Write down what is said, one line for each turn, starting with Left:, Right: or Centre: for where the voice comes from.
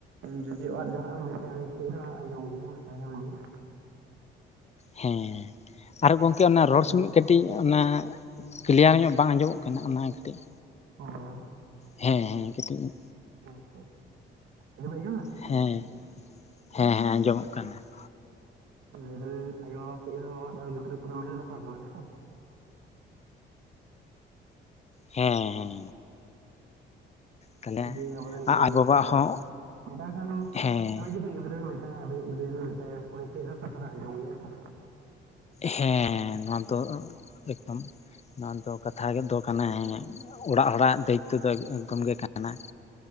Right: ᱡᱩᱫᱤ ᱟᱡ ᱡᱟᱦᱟᱸ ᱱᱟᱜ ᱮᱢ ᱢᱮᱛᱟᱭᱟ ᱩᱱᱤ ᱠᱟ. ᱡ ᱨᱮᱦᱚ ᱟᱡᱚᱢ ᱜᱮᱭᱟ ᱢᱮᱛᱟᱭ ᱠᱷᱟᱱ ᱜᱮ ᱾
Left: ᱦᱮᱸ ᱟᱨᱚ ᱜᱚᱝᱠᱮ ᱚᱱᱟ ᱨᱚᱲ ᱥᱚᱢᱚᱭ
Right: ᱡᱮ ᱚ
Left: ᱠᱟᱹᱴ ᱴᱤᱡ ᱚᱱᱟ ᱠᱞᱤᱭᱟᱨ ᱧᱚᱜ ᱵᱟᱝ ᱟᱸᱡᱚᱢᱚᱜ ᱠᱟᱱᱟ ᱚᱱᱟ ᱠᱟᱹᱴᱤᱡ
Right: ᱟᱪᱪᱷᱟ ᱟᱪᱪᱷᱟ
Left: ᱦᱮᱸ ᱦᱮᱸ ᱠᱟᱹᱴᱤᱡ
Right: ᱟᱪᱪᱷᱟ ᱟᱪᱪᱷᱟ, ᱱᱤᱛᱚᱜ ᱵᱤᱱ ᱟᱸᱡᱚᱢ ᱫᱟ?
Left: ᱦᱮᱸ, ᱦᱮᱸ ᱦᱮᱸ ᱟᱸᱡᱚᱢᱚᱜ ᱠᱟᱱᱟ ᱾
Right: ᱞᱟᱹᱭ ᱫᱟᱞᱤᱧ ᱟᱭᱳᱼᱵᱟᱵᱟ ᱠᱟ. ᱡ ᱦᱚᱸ ᱚᱲᱟᱜ ᱨᱮ ᱫᱚ ᱜᱤᱫᱽᱨᱟᱹ ᱠᱚᱫᱚ ᱢᱮᱱ ᱫᱟ ᱠᱚ ᱠᱟᱱᱟ ᱦᱮᱸᱥᱮ ᱾
Left: ᱦᱮᱸ ᱦᱮᱸ ᱛᱟᱦᱚᱞᱮ
Right: ᱫᱤᱭᱮ ᱟᱵᱚᱨᱮᱱ ᱜᱤᱫᱽᱨᱟᱹ
Left: ᱟᱡ
Right: ᱱᱚᱝᱠᱟᱭ
Left: ᱵᱟᱵᱟ ᱦᱚᱸ
Right: ᱫᱟᱠᱚ ᱢᱮᱛᱟ ᱠᱷᱟᱱ
Left: ᱦᱮᱸ
Right: ᱟᱵᱚ ᱡᱚᱛᱚ ᱜᱤᱫᱽᱨᱟᱹ ᱟᱵᱤᱱᱤᱡ ᱜᱤᱫᱽᱨᱟᱹ ᱡᱩᱫᱤ ᱢᱮᱛᱟᱭᱟ ᱩᱱᱤ ᱠᱟᱹᱡ ᱨᱮᱦᱚᱸ ᱠᱟᱛᱷᱟ ᱫᱚᱭ ᱜᱮᱭᱟᱭ ᱦᱮᱸ ᱥᱮ ᱵᱟᱝ?
Left: ᱦᱮᱸ ᱱᱚᱣᱟ ᱫᱚ ᱮᱠᱫᱚᱢ ᱱᱚᱣᱟ ᱫᱚ ᱠᱟᱛᱷᱟ ᱫᱚ ᱠᱟᱱᱟ ᱦᱮᱸ ᱾ ᱚᱲᱟᱜ ᱦᱚᱲᱟᱜ ᱫᱟᱭᱤᱛᱛᱚ ᱫᱚ ᱮᱠᱫᱚᱢ ᱜᱮ ᱠᱟᱱᱟ ᱾